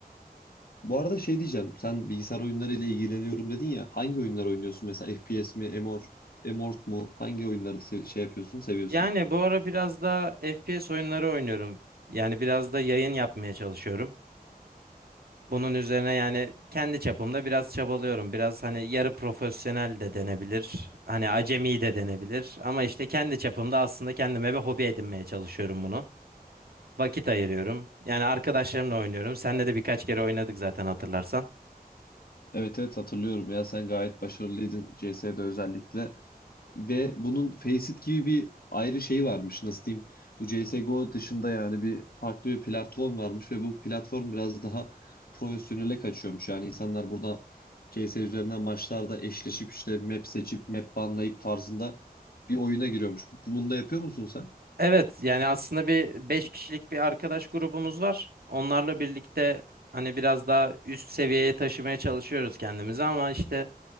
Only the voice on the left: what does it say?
Bu arada şey diyeceğim. Sen bilgisayar oyunlarıyla ilgileniyorum dedin ya. Hangi oyunlar oynuyorsun? Mesela FPS mi? MMOR, MMORPG mu? Hangi oyunları se- şey yapıyorsun, seviyorsun?
Evet evet hatırlıyorum ya. Sen gayet başarılıydın CS'de özellikle. Ve bunun Faceit gibi bir ayrı şey varmış nasıl diyeyim. Bu CSGO dışında yani bir farklı bir platform varmış ve bu platform biraz daha profesyonele kaçıyormuş. Yani insanlar burada CS üzerinden maçlarda eşleşip işte map seçip map banlayıp tarzında bir oyuna giriyormuş. Bunu da yapıyor musun sen?